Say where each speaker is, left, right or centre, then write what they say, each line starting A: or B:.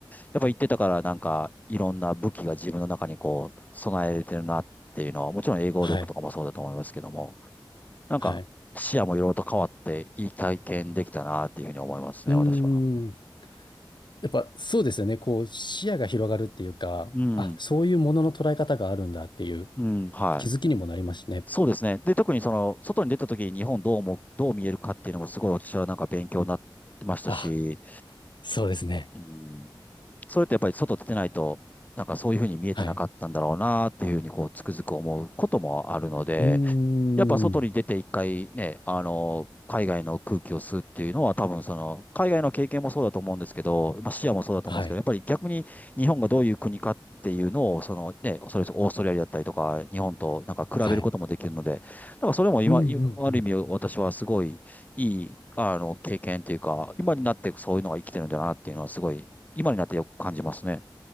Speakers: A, on the left; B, on the left.
A: やっぱ行ってたからなんか、いろんな武器が自分の中にこう、備えれてるなっていうのは、もちろん英語力とかもそうだと思いますけども、
B: はい。
A: なんか、
B: はい。
A: 視野もいろいろと変わって、いい体験できたなっていうふうに思いますね、
B: うー
A: 私は。
B: ん。やっぱそうですよね。こう、視野が広がるっていうか、
A: うん、
B: あ、そういうものの捉え方があるんだっていう。
A: うん、はい。
B: 気づきにもなりますしね。
A: そうですね。で、特にその、外に出た時に日本どうも、どう見えるかっていうのもすごい私はなんか勉強になってましたし、
B: あ、そうですね。
A: うん、それってやっぱり外出てないと、なんかそういうふうに見えてなかったんだろうなっていうふうにこう、
B: はい。
A: つくづく思うこともあるので、
B: うーん。
A: やっぱ外に出て一回ね、あの、海外の空気を吸うっていうのは多分その、海外の経験もそうだと思うんですけど、まあ視野もそうだと思うんですけど、
B: はい。
A: やっぱり逆に日本がどういう国かっていうのを、そのね、それこそオーストラリアだったりとか、日本となんか比べることもできるので、
B: はい。
A: なんかそれも今、
B: うんうんうん。
A: いある意味私はすごいいい、あの、経験っていうか、今になってそういうのが生きてるんだなっていうのはすごい、今になってよく感じますね。